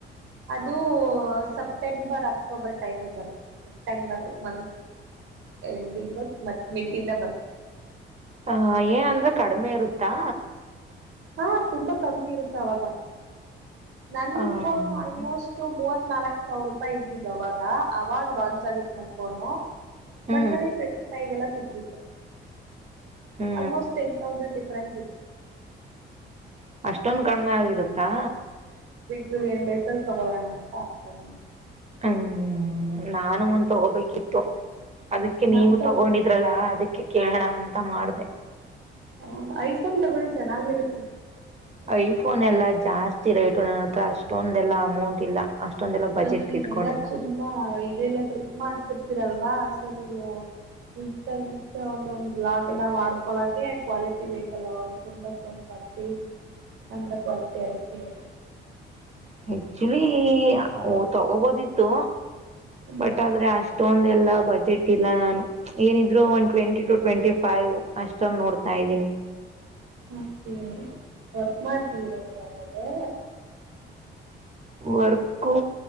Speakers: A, on the right; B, on the right.
A: ಅದು ಸೆಪ್ಟೆಂಬರ್ ಅಕ್ಟೋಬರ್ ಟೈಮಲ್ಲಿ ಬರುತ್ತೆ, ಸೆಪ್ಟೆಂಬರ್ತ್ ಎಂಡಿಂಗ್ ಮ ಮಿಡ್ಡಿಂದ ಬರುತ್ತೆ.
B: ಹ ಏನು ಅಂದ್ರೆ ಕಡಿಮೆ ಇರುತ್ತಾ
A: ಹಾ ತುಂಬಾ ಕಮ್ಮಿ ಇರುತ್ತೆ ಅವಾಗ ನನ್
B: ಹ್ಞೂ
A: ಫೋನು ಆಲ್ಮೋಸ್ಟ್ ಮೂವತ್ತು ನಾಲಕ್ಕು ಸಾವಿರ ರೂಪಾಯಿ ಇದ್ದಿದ್ದು ಅವಾಗ. ಆವಾಗ ಲಾಂಚ್ ಆಗಿತ್ತು ನನ್ ಫೋನು
B: ಹ್ಞೂ
A: ಬಟ್ ನನಗ್ ಟ್ವೆಂಟ ಫೈವ್ ಎಲ್ಲ ಸಿಕ್ ಇತ್ತು
B: ಹ್ಞೂ
A: ಆಲ್ಮೋಸ್ಟ ಟೆನ್ ಥೌಸಂಡ್ ಡಿಫ್ರೆನ್ಸ ಇತ್
B: ಅಷ್ಟೊಂದು ಕಡಿಮೆ ಆಗಿರುತ್ತಾ
A: ಟೆನ್ ಡೇಸಲಿ ತಗೊಳ್ಳೋಣ ಅಂತ ಅನ್ಕೊಂಡಿದ್ದೀನಿ
B: ಹ್ಮ ನಾನು ಒಂದು ತಗೋಬೇಕಿತ್ತು. ಅದಕ್ಕೆ, ನೀವು
A: ಯಾವ್ದ್ ತಗೋಬೇಕ
B: ತಗೊಂಡಿದ್ರಲ್ಲಾ ಅದಕ್ಕೆ ಕೇಳಣ ಅಂತ ಮಾಡ್ದೆ.
A: ಹ, ಐಫೋನ್ ತಗೋಳಿ ಚೆನ್ನಾಗಿರುತ್ತೆ.
B: ಐಫೋನ್ ಎಲ್ಲಾ ಜಾಸ್ತಿ ರೇಟು, ನನ್ ಹತ್ರ ಅಷ್ಟೊಂದೆಲ್ಲಾ ಅಮೌಂಟ್ ಇಲ್ಲ. ಅಷ್ಟೊಂದೆಲ್ಲ ಬಜೆಟ್
A: ಅಲ್ಲ, ನೀವೆಲ್ಲಾ
B: ಇಟ್ಕೊಂಡಿಲ್ಲ
A: ತುಂಬಾ ಇದೆಲ್ಲಾ ಟ್ರಿಪ್ ಮಾಡ್ತಿರ್ತೀರಲ್ ವ ಸೊ ನೀವು ಇನ್ಸ್ಟಾಗ್ರಾಮ್ ಒಂದ್ ಬ್ಲಾಗ್ ಎಲ್ಲ ಮಾಡ್ಕೊಳಕೆ ಕ್ವಾಲಿಟಿ ಬೇಕಲ್ವಾ, ಒಂದ್ ಚಂದ ಫೋನ್ ಕ್ವಾಲಿಟಿ, ಕ್ಯಾಮರಾ ಕ್ವಾಲಿಟಿ ಅದಕ್ಕೆ ಹೇಳಿದೆ.
B: ಆಕ್ಚುಲಿ ಓ ತಗೋಬೌದಿತ್ತು
A: ಹ್ಮ್
B: ಬಟ್ ಆದ್ರೆ ಅಷ್ಟ್ ಫೋನ್ದೆಲ್ಲ ಬಜೆಟ್ ಇಲ್ಲ ನಾನು. ಏನಿದ್ರು, ಒನ್ ಟ್ವೆಂಟಿ ಲು ಟ್ವೆಂಟಿ ಫೈವ್ ಅಷ್ಟರಲ್ಲಿ ನೋಡ್ತಾ ಇದ್ದೀನಿ.
A: ಓಕೆ, ವರ್ಕ್ ಮಾಡ್ತಿದ್ದೀರಾ ನೀವ ಹಾಗಾದ್ರೆ?
B: ವರ್ಕೂ